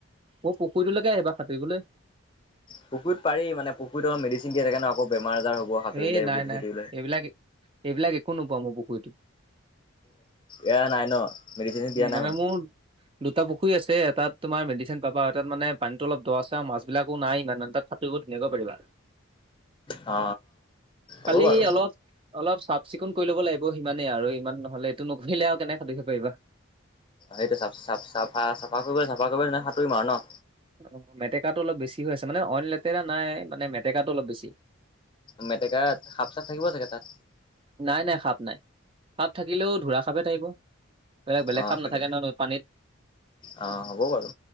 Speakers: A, on the right; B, on the left.
A: মোৰ পুখুৰীটোলৈকে আহিবা সাঁতুৰিবলৈ
B: পুখুৰীত পাৰি মানে পুখুৰীত‌ মেডিচেন দিয়া থাকে আকৌ বেমাৰ বেমাৰ আজাৰ হ'ব সাঁতুৰিলে
A: এই নাই
B: গুটি
A: নাই
B: উলাই
A: এইবিলাক এইবিলাক একো নোপোৱা মোৰ পুখুৰীটোত।
B: এয়া নাই ন মেডিচিন
A: উম
B: দিয়া নাই মানে।
A: মোৰ দুটা পুখুৰী আছে তোমাৰ মেডিচিনৰ পাব এটা মানে অলপ দৰ আছে আৰু মাছ বিলাকো নাই ইমান তাত সাতুৰি বহু ধুনীয়া কৈ পাৰিবা
B: অ হ'ব
A: খালি
B: বাৰু
A: অলপ অলপ চাফ। চিকুন কৰি ল'ব লাগিব সিমানেই আৰু ইমান নহলে এইটো নকৰিলে আৰু কেনেক সাতুৰি ব পাৰিবা।
B: এইটো চাফ চাফ চাফা চাফা কৰিবলৈ চাফা কৰিব তে সাঁতুৰিম আৰু ন।
A: অ মেটেকাটো অলপ বেছি হৈ আছে মানে অইন লেতেৰা নাই মানে মেটেকাটো অলপ বেছি।
B: মেটেকাত সাপ চাপ থাকিব চাগে তাত।
A: নাই নাই সাপ নাই সাপ থাকিলেও ধোৰা সাপে থাকিব। এ বেলেগ
B: অ
A: খাপ
B: সেইটো
A: নাথাকে নহ ন পানীত
B: অ হ'ব বাৰু